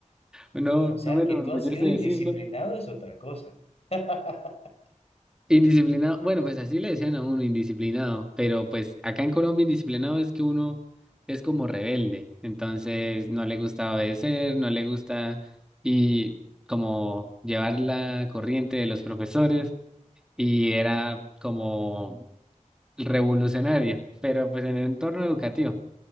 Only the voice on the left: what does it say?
O sea,
que tú has sido
indisciplinado es otra cosa. <laughs>